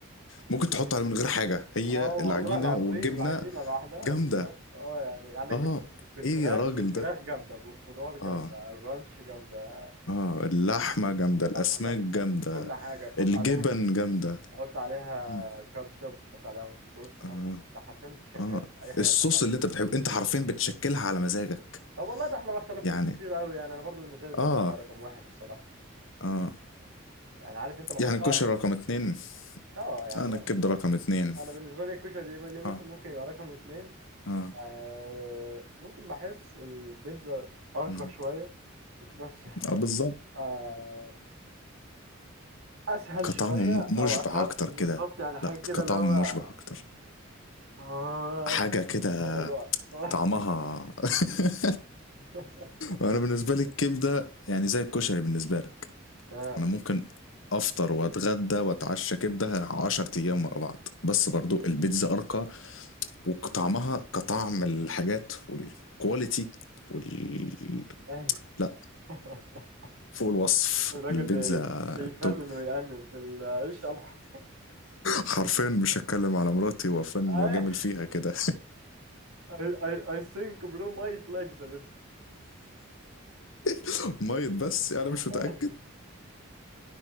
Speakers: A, on the left; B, on the right.
A: ممكن تحط عليها من غير حاجة هي
B: اه والله
A: العجينة
B: العظيم
A: والجبنة
B: العجينة لوحدها
A: جامدة
B: بالظبط اه يعني عندك
A: اه
B: بال- بالفراخ
A: ايه يا راجل
B: بالفراخ
A: ده
B: جامدة بالخضار جامدة
A: اه
B: الرانش جامدة
A: اه اللحمة جامدة الأسماك
B: اللحمة جامدة
A: جامدة
B: كل حاجة تحط
A: الجبن
B: عليها
A: جامدة
B: تحط عليها
A: مم.
B: كاتشب تحط عليها هوت صوص تحط
A: اه
B: انت حرفيا انت شغال
A: اه
B: أي حاجة
A: الصوص
B: تحط عليها
A: اللي انت بتحبه انت حرفيا بتشكلها على مزاجك
B: طب والله ده احنا ما اختلفناش
A: يعني
B: كتير قوي يعني انا برضو بالنسبة لي البيتزا
A: اه
B: هي رقم واحد الصراحة
A: اه
B: يعني عارف انت بحسها
A: يعني الكشري رقم اتنين
B: اه يعني
A: انا الكبدة رقم اتنين
B: انا بالنسبة لي الكشري ليه مثلا
A: اه
B: ممكن يبقى رقم اتنين
A: اه
B: آه ممكن بحس البيتزا أرقى
A: مم.
B: شوية وفي نفس الوقت
A: اه بالظبط
B: آه أسهل
A: كطعم
B: شوية
A: م-
B: أو
A: مشبع
B: أخف
A: اكتر
B: بالظبط
A: كده
B: يعني حاجة
A: لا
B: كده
A: كطعم
B: اللي هو
A: مشبع اكتر
B: آه
A: حاجة
B: أنا
A: كده
B: أنا جوعت الصراحة
A: طعمها <laughs>
B: <laughs>
A: انا بالنسبة لي الكبدة يعني زي الكشري بالنسبة لك
B: آه
A: انا ممكن افطر واتغدى واتعشى كبده 10 ايام ورا بعض بس برضو البيتزا ارقى وطعمها كطعم الحاجات والكواليتي وال
B: أيوه.
A: لا
B: <laughs>
A: فوق الوصف
B: الراجل
A: البيتزا
B: بي- بيفنن
A: توب
B: ويأنن في العيش <laughs>
A: حرفيا مش هتكلم على مراتي وفن
B: أيوه.
A: وجامل فيها كده
B: I, I, I think bro might like the pizza
A: <laughs> ميت بس انا
B: <laughs>
A: يعني مش متاكد